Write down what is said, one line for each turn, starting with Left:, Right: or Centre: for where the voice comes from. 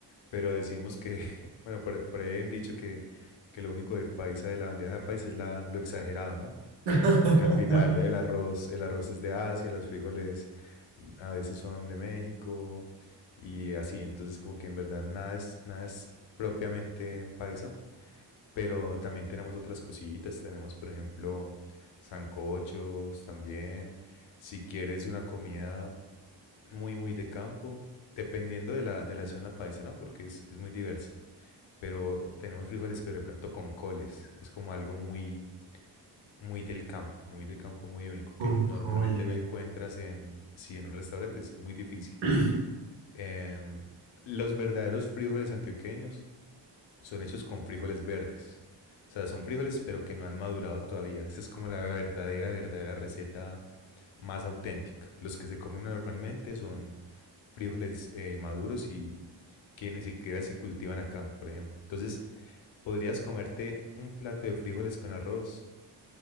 Left: Pero decimos que, <laughs> bueno, por, por ahí hay un dicho que, que lo único de paisa de la bandeja de paisa es la, lo exagerado, ¿no?
Right: <laughs>
Left: porque al final el arroz, el arroz es de Asia, los frijoles mm, a veces son de México y así, entonces como que en verdad nada es, nada es propiamente paisa, pero también tenemos otras cositas, tenemos por ejemplo sancochos también, si quieres una comida muy muy de campo, dependiendo de la, de la zona paisa, ¿no? Porque es, es muy diversa, pero tenemos frijoles, pero de pronto con coles, es como algo muy muy del campo, muy del campo, muy único,
Right: Con
Left: que normalmente
Right: cole.
Left: no encuentras en, si en un restaurante es muy difícil.
Right: <clears throat>
Left: Em, los verdaderos frijoles antioqueños son hechos con frijoles verdes. O sea, son frijoles pero que no han madurado todavía. Esa es como la verdadera, verdadera receta más auténtica. Los que se comen normalmente son frijoles eh, maduros y que ni siquiera se cultivan acá, por ejemplo. Entonces, podrías comerte un plato de frijoles con arroz